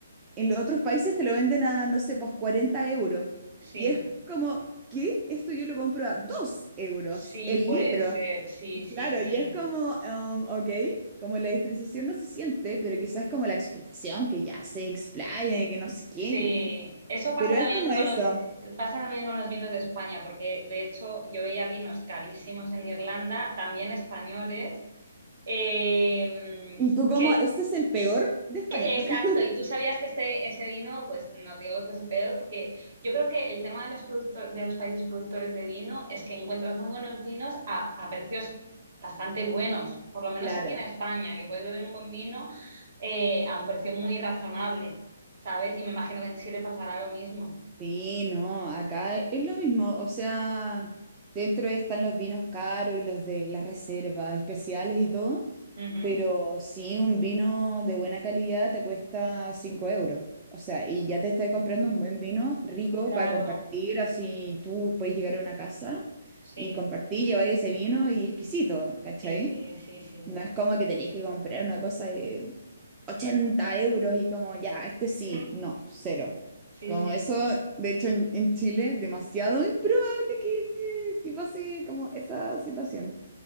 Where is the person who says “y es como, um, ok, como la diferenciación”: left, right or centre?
Right